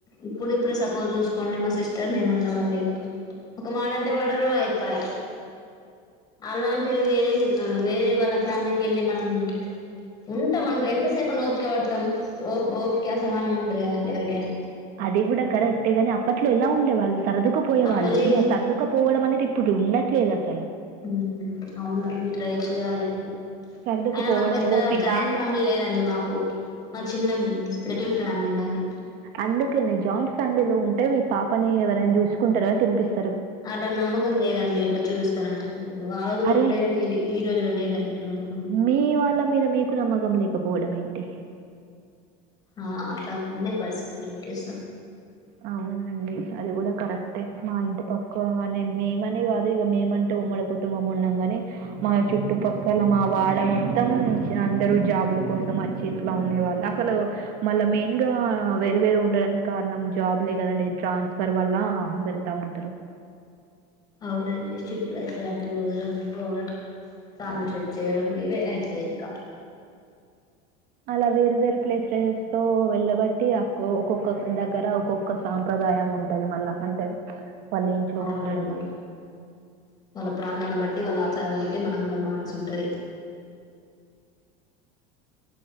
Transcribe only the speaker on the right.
అది గూడా కరెక్టే గాని అప్పట్లో ఎలా ఉండే వాళ్ళు, సర్దుకుపోయేవాళ్ళు,
ఈ ఆ సర్దుకపోవడం అనేది. ఇప్పుడు ఉండట్లేదు అసలు
సర్దుకుపోవడం
ఓపిక
అందుకేనే జాయింట్ ఫ్యామిలీలో ఉంటే, మీ పాపని ఎవరైనా చూసుకుంటారూ కదా తినిపిస్.
అరే
మీ వాళ్ళ మీద మీకు నమ్మకం లేకపోవడం ఏంటి
అవునండి అది గూడా కరెక్టే, మా ఇంటి పక్కవాన్నే మేమనే గాదు ఇగ మేమంట. ఉమ్మడి కుటుంబం ఉన్నంగనే మా చుట్టుపక్కల, మా వాడా మొత్తం, అందరు జాబ్. ల కోసం అచ్చి ఇట్లా ఉండేవాళ్ళా, అసలు మళ్ళ మెయిన్గా వేరే వేరుగా ఉండడానికి కారణం. జాబ్ లే గదండి ట్రాన్స్ఫర్ వల్లా వెళ్తా ఉంటరు
ఇలా వేరు వేరు ప్లేసెస్ లో వెళ్ళబట్టి అక్కో, ఒక్కొక్క దగ్గర ఒక్కొక్క సాంప్రదాయం ఉ. ఉంటది మళ్ళా అంటే వాళ్ళ ఇంట్లో
ఉండడం అట్లా.